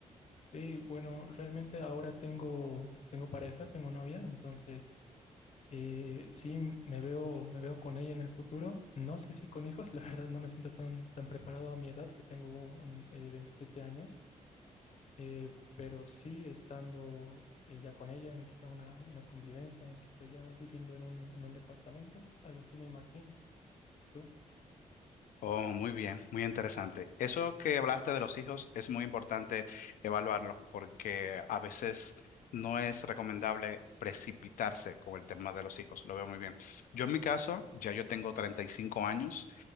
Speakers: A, on the left; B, on the left.
A: Sí, bueno, realmente ahora tengo, tengo pareja, tengo novia, entonces eh, sí me veo, me veo con ella en el futuro. No sé si con hijos, <laughs> la verdad no me siento tan, tan preparado a mi edad, que tengo un, eh, 27 años, eh, pero sí estando eh, ya con ella en quizá una, una convivencia, en quizá ya viviendo en un, en un departamento, algo así me imagino. ¿Tú?
B: Oh, muy bien, muy interesante. Eso que hablaste de los hijos es muy importante evaluarlo porque a veces no es recomendable precipitarse con el tema de los hijos. Lo veo muy bien. Yo en mi caso, ya yo tengo treinta y cinco años